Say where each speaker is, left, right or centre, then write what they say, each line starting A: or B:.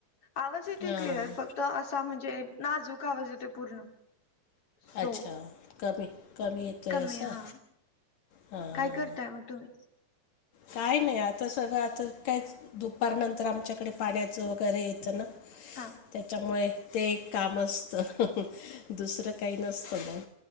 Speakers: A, on the left; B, on the left.
A: आवाज येते
B: हां
A: क्लिअर फक्त असा म्हणजे नाजूक आवाज येतोय पूर्ण स्लो
B: अच्छा कमी कमी येतोय
A: कमी
B: असं.
A: हा
B: हां
A: काय
B: हां
A: करताय मग तुम्ही?
B: काय नाही आता सगळं आता कायच दुपारनंतर आमच्याकडे पाण्याचं वगैरे येतं ना.
A: हा
B: त्याच्यामुळे ते एक काम असतं दुसरं काही नसतं मग.